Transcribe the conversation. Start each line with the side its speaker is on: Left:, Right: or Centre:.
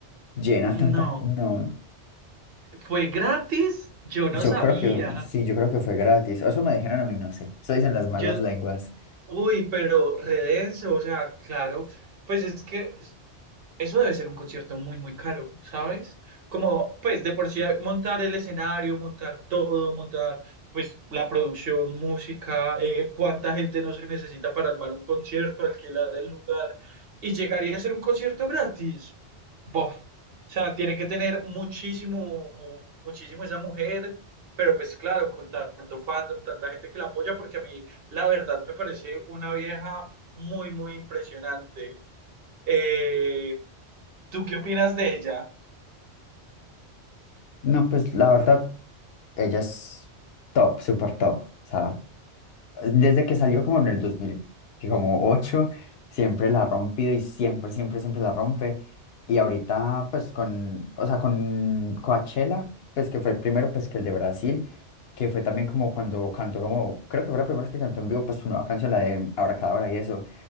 Left: llena
Right: No,
Left: tanta, no.
Right: fue gratis, yo no
Left: Yo
Right: sabía.
Left: creo que sí, yo creo que fue gratis. Eso me dijeron a mí, no sé. Eso dicen las malas
Right: Yo,
Left: lenguas.
Right: uy, pero redenso, o sea, claro, pues es que Eso debe ser un concierto muy, muy caro, ¿sabes? Como, pues, de por sí montar el escenario, montar todo, montar, pues, la producción, música, eh, cuánta gente no se necesita para armar un concierto, alquilar el lugar, y llegaría a ser un concierto gratis. Bof. O sea, tiene que tener muchísimo, muchísimo esa mujer, pero pues claro, con tanto fandom, tanta gente que la apoya, porque a mí, la verdad, me parece una vieja muy, muy impresionante. Eh, ¿tú qué opinas de ella?
Left: No, pues la verdad, ella es top, súper top. O sea, desde que salió como en el dos mil ocho siempre la ha rompido y siempre, siempre, siempre la rompe. Y ahorita, pues con, o sea, con Coachella, pues que fue el primero, pues que el de Brasil, que fue también como cuando cantó como, creo que fue la primera vez que cantó en vivo, pues su nueva canción, la de Abracadabra y eso.